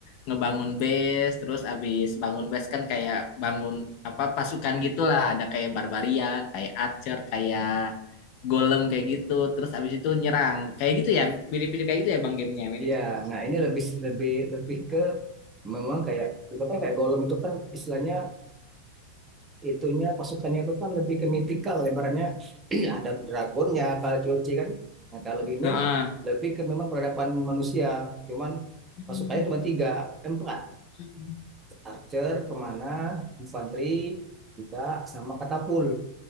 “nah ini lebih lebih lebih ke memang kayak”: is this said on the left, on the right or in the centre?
Right